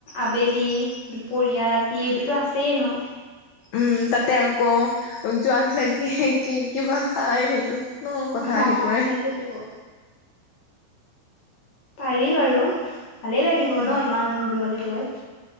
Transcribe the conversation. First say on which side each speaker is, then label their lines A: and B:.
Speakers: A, on the left (about 55°); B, on the left (about 85°).
A: আবেলি, দুপৰীয়া, ৰাতি এইটোতো আছেই ন'।
B: উম, তাতে আকৌ যোৱাবিলাকে কি কি কিবা খাই হেনো। ন কথা
A: অঁ
B: আহি পৰে
A: সেইটোৱেতো। পাৰি বাৰু, ভালে লাগিব
B: উম
A: ন' ইমান দূৰলে গৈ।